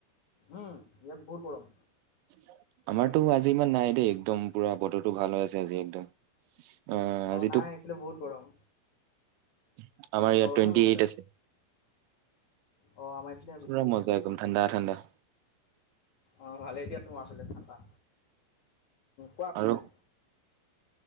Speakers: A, on the left; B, on the right.
A: উম ইয়াত বহুত গৰম।
B: <inaudible> আমাৰতো আজি ইমান নাই দেই একদম পুৰা বতৰো ভাল হৈ আছে আজি একদম। অ আজিটো
A: নাই এইফালে বহুত গৰম
B: আমাৰ ইয়াত
A: গৰমেই
B: টুৱেণ্টি
A: বহুত
B: এইট
A: ইয়াত
B: আছে।
A: অ আমাৰ এইফালে বেছি
B: পোৰা মজ্জা একদম ঠাণ্ডা ঠাণ্ডা।
A: অঁ ভালেই দিয়া তোমাৰ ফালে ঠাণ্ডা কোৱা পিছে
B: আৰু